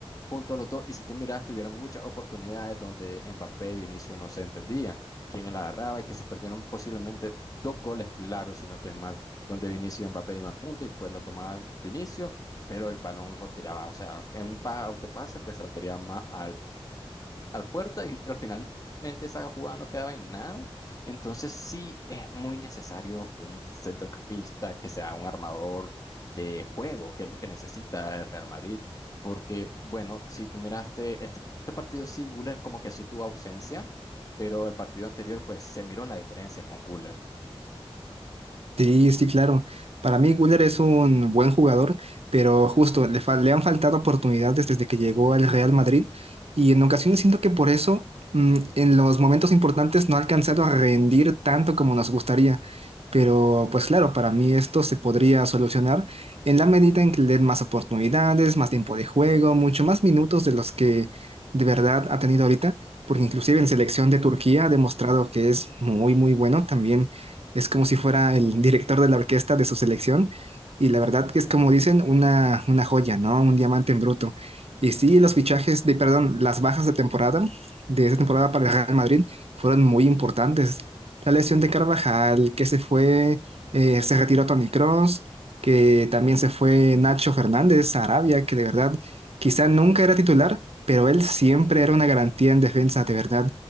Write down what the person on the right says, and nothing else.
Sí, sí, claro. Para mí, Güler es un buen jugador, pero justo le, fal- le han faltado oportunidades desde que llegó al Real Madrid y en ocasiones siento que por eso mm, en los momentos importantes no ha alcanzado a rendir tanto como nos gustaría. Pero pues claro, para mí esto se podría solucionar en la medida en que le den más oportunidades, más tiempo de juego, mucho más minutos de los que de verdad ha tenido ahorita, porque inclusive en selección de Turquía ha demostrado que es muy, muy bueno también es como si fuera el director de la orquesta de su selección y la verdad que es como dicen una, una joya, ¿no? Un diamante en bruto. Y sí, los fichajes de, perdón, las bajas de temporada, de esa temporada para el Real Madrid, fueron muy importantes. La lesión de Carvajal, que se fue, eh, se retiró Toni Kroos, que también se fue Nacho Fernández a Arabia, que de verdad quizá nunca era titular, pero él siempre era una garantía en defensa, de verdad.